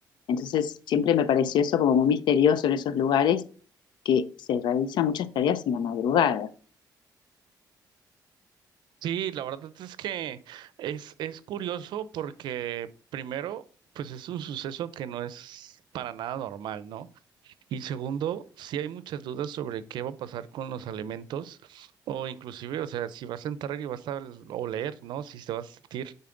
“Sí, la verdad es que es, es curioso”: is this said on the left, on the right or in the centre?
Right